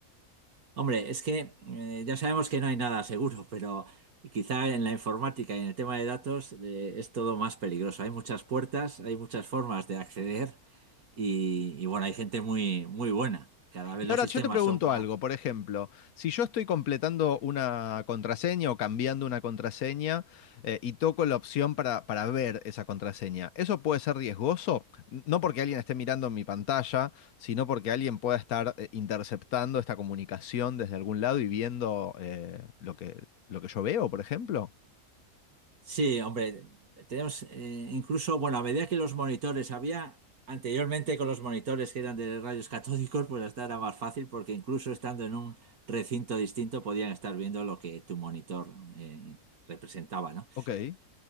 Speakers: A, on the right; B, on the left.
A: Hombre, es que eh, ya sabemos que no hay nada seguro, pero quizá en la informática y en el tema de datos eh, es todo más peligroso. Hay muchas puertas, hay muchas formas de acceder y, y bueno, hay gente muy, muy buena. Cada vez
B: Y
A: los
B: ahora
A: sistemas
B: yo te pregunto
A: son más
B: algo, por ejemplo, si yo estoy completando una contraseña o cambiando una contraseña eh, y toco la opción para, para ver esa contraseña, ¿eso puede ser riesgoso? No porque alguien esté mirando mi pantalla, sino porque alguien pueda estar eh, interceptando esta comunicación desde algún lado y viendo eh, lo que, lo que yo veo, por ejemplo.
A: Sí, hombre, tenemos eh, incluso, bueno, a medida que los monitores había anteriormente con los monitores que eran de rayos catódicos, pues hasta era más fácil porque incluso estando en un recinto distinto podían estar viendo lo que tu monitor eh, representaba, ¿no?
B: Ok.